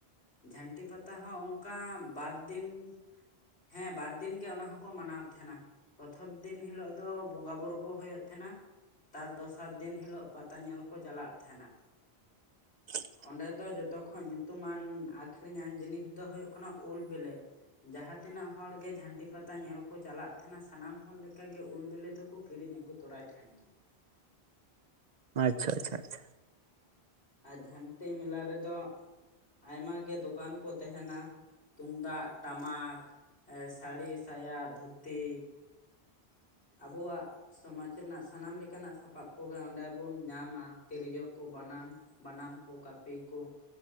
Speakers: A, on the left (about 85°); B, on the right (about 45°).
A: ᱡᱷᱟᱹᱱᱴᱤ ᱯᱟᱛᱟ ᱦᱚᱸ ᱚᱱᱠᱟ ᱵᱟᱨ ᱫᱤᱱ ᱦᱮᱸ ᱵᱟᱨ ᱫᱤᱱ ᱜᱮ ᱚᱱᱟ ᱦᱚᱸᱠᱚ ᱢᱟᱱᱟᱣ ᱛᱟᱦᱮᱸᱱᱟ ᱯᱚᱛᱷᱚᱢ ᱫᱤᱱ ᱦᱤᱞᱚᱜ ᱫᱚ ᱵᱚᱸᱜᱟ ᱵᱩᱨᱩ ᱠᱚ ᱦᱚᱭᱚᱜ ᱛᱟᱦᱮᱸᱱᱟ ᱛᱟᱨ ᱫᱚᱥᱟᱨ ᱫᱤᱱ ᱦᱤᱞᱳᱜ ᱯᱟᱛᱟ ᱧᱮᱞ ᱠᱚ ᱪᱟᱞᱟᱜ ᱛᱟᱦᱮᱸᱱᱟ
B: <inaudible>
A: ᱚᱸᱰᱮ ᱫᱚ ᱡᱚᱛᱚ ᱠᱷᱚᱡ ᱧᱩᱛᱩᱢᱟᱱ ᱟᱹᱷᱨᱤᱧᱟᱱ ᱡᱤᱱᱤᱥ ᱫᱚ ᱦᱩᱭᱩᱜ ᱠᱟᱱᱟ ᱩᱞ ᱵᱤᱞᱤ ᱡᱟᱦᱟᱸ ᱛᱤᱱᱟᱹᱜ ᱦᱚᱲ ᱜᱮ ᱡᱷᱟᱹᱱᱴᱤ ᱯᱟᱛᱟ ᱧᱮᱞ ᱠᱚ ᱪᱟᱞᱟᱜ ᱛᱟᱦᱮᱸᱱᱟ ᱥᱟᱱᱟᱢ ᱦᱚᱲᱞᱮᱠᱟᱜ ᱜᱮ ᱩᱞ ᱵᱤᱞᱤ ᱛᱮᱠᱚ ᱠᱤᱨᱤᱧ ᱟᱹᱜᱩ ᱛᱚᱨᱟᱭ ᱛᱟᱦᱮᱱ
B: ᱟᱪᱷᱟ ᱟᱪᱷᱟ ᱟᱪᱷᱟ
A: ᱟᱨ ᱡᱷᱟᱱᱴᱤ ᱢᱮᱞᱟ ᱨᱮᱫᱚ ᱟᱭᱢᱟ ᱜᱮ ᱫᱚᱠᱟᱱ ᱠᱚ ᱛᱟᱦᱮᱱᱟ ᱛᱩᱢᱫᱟᱜ ᱴᱟᱢᱟᱠ ᱥᱟᱹᱲᱤ ᱥᱟᱭᱟ ᱫᱷᱩᱛᱤ ᱟᱵᱚᱣᱟᱜ ᱥᱚᱢᱟᱡᱽ ᱨᱮᱱᱟᱜ ᱥᱟᱱᱟᱢ ᱞᱮᱠᱟᱱᱟᱜ ᱥᱟᱯᱟᱵ ᱠᱚᱜᱮ ᱚᱸᱰᱮ ᱵᱚᱱ ᱧᱟᱢᱟ ᱛᱤᱨᱭᱳ ᱠᱚ ᱵᱟᱱᱟᱢ ᱵᱟᱱᱟᱢ ᱠᱚ ᱠᱟᱹᱯᱤ ᱠᱚ